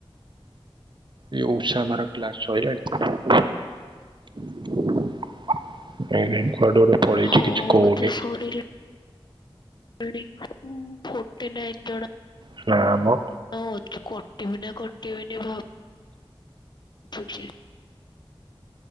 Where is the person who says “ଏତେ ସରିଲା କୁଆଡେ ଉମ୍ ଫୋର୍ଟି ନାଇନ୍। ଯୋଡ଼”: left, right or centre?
Left